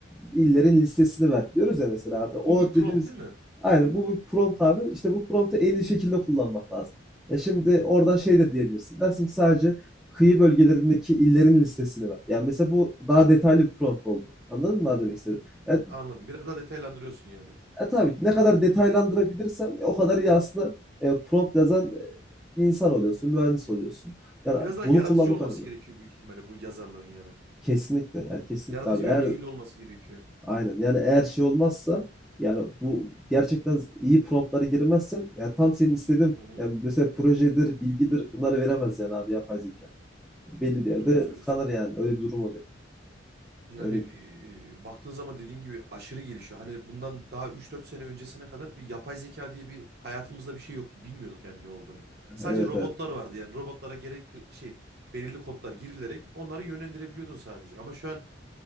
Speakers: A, in the centre; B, on the right.
A: illerin listesini ver diyoruz ya mesela abi. O
B: Bu bir prompt
A: dediğimiz
B: değil mi?
A: aynen bu bir prompt abi. İşte bu promptu en iyi şekilde kullanmak lazım. Ya şimdi
B: Hı hı.
A: oradan şey de diyebilirsin. Dersin ki sadece kıyı bölgelerindeki illerin listesini ver. Yani mesela bu
B: Hı hı.
A: daha detaylı bir prompt oldu. Anladın mı abi demek
B: Hmm.
A: istedim? Yani
B: Anladım. Biraz daha detaylandırıyorsun yani.
A: e, tabii ki ne kadar detaylandırabilirsen e, o kadar iyi aslında e, prompt yazan e, bir insan oluyorsun, mühendis oluyorsun. Yani
B: Biraz daha
A: bunu
B: yaratıcı
A: kullanmak
B: olması
A: önemli.
B: gerekiyor büyük ihtimalle bu yazarların yani.
A: Kesinlikle yani kesinlikle
B: Yaratıcı
A: abi. Eğer
B: ve bilgili olması gerekiyor.
A: aynen yani eğer şey olmazsa yani bu gerçekten iyi promptlara girmezsen yani tam senin istediğin
B: Hı hı.
A: yani mesela projedir, bilgidir bunları veremez yani abi yapay zeka. Belli
B: Evet
A: bir yerde
B: doğru söylüyorsun.
A: tıkanır yani. Öyle bir durum oluyor.
B: Yani
A: Öyle değil
B: e, baktığın zaman dediğin gibi aşırı gelişiyor. Hani bundan daha üç dört sene öncesine kadar bir yapay zeka diye bir hayatımızda bir şey yoktu. Bilmiyorduk yani ne olduğunu. Sadece
A: Evet
B: robotlar
A: evet.
B: vardı yani robotlara gerekli şey belirli kodlar girilerek onları yönlendirebiliyordun sadece. Ama şu an